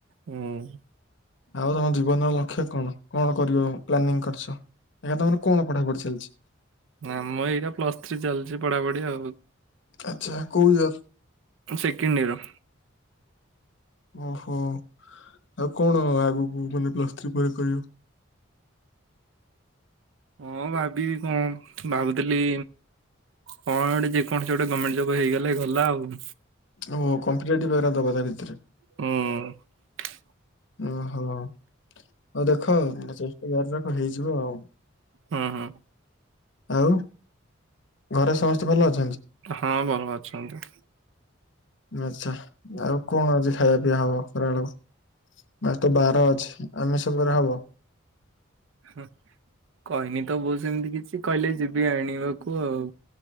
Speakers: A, on the right (about 70°); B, on the left (about 65°).
A: ହୁଁ।
B: ଆଉ ତମ ଜୀବନର ଲକ୍ଷ୍ୟ କଣ କଣ କରିବ ପ୍ଲାନିଂ କରିଚ? ଆଜ୍ଞା ତମର କଣ ପଢ଼ାପଢ଼ି ଚାଲଚି?
A: ନାଁ ମ ଏଇଟା ପ୍ଲସ୍ ଥ୍ରୀ ଚାଲିଚି ପଢ଼ାପଢ଼ି ଆଉ।
B: ଆଚ୍ଛା କୋଉ ଇୟର?
A: ସେକେଣ୍ଡ୍ ଇୟର୍
B: ଓହୋ ଆଉ କଣ ଆଗୁକୁ ମାନେ ପ୍ଲସ୍ ଥ୍ରୀ ପରେ କରିବ?
A: ଅଁ ଭାବିବି କଣ ଭାବୁଥୁଲି କଣ ଗୋଟେ ଯେକୌଣସି ଗୋଟେ ଗମେଣ୍ଟ୍ ଜବ୍ ହେଇଗଲେ ଗଲା ଆଉ।
B: ଓହୋ କମ୍ପିଟେଟିବ୍ ଏରା ଦବ ତା ଭିତରେ।
A: କଣ?
B: ଓହୋ ଆଉ ଦେଖ ଚେଷ୍ଟା କର ରଖ ହେଇଯିବ ଆଉ
A: ହୁଁ ହୁଁ।
B: ଆଉ ଘରେ ସମସ୍ତେ ଭଲ ଅଛି
A: ହଁ ଭଲ ଅଛନ୍ତି।
B: ଆଛା ଆଉ କଣ ଅଛି ଖାଇବା ପିଇବା ହବ ଖରାବେଳକୁ? ଆଜି ତ ବାର ଅଛି ଆମିଷ ବାର ହବ।
A: ହଁ କହିନି ତ କଉଚନ୍ତି ସେମିତି କିଛି କହିଲେ ଯିବି ଆଣିବାକୁ ଆଉ?